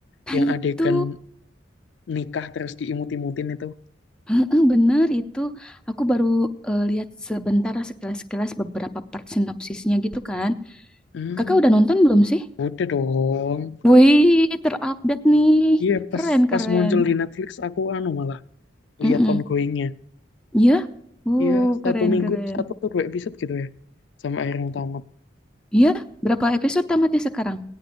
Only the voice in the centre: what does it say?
nah
itu
Heeh, bener itu, aku baru eh, lihat sebentar sekilas-sekilas beberapa part sinopsisnya gitu kan,
kakak udah nonton belum sih?
Wih, terupdate nih.
Keren,
keren.
Mm-mm.
Iya? Uh,
keren,
keren.
Iya? Berapa episode tamatnya sekarang?